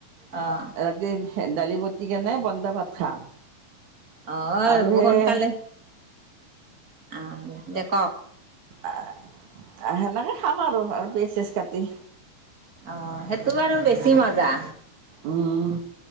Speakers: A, on the right; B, on the right.
A: আহ
B: ৰাতি দালি বতি কেনে বন্দা ভাত খাম
A: অ
B: আৰু সেই
A: সোনকালে আহ দে ক
B: আহ আহ সেনেকে খাম আৰু আৰু বেচেজ কাটি
A: অ সেইটো বাৰু বেছি মজা
B: উম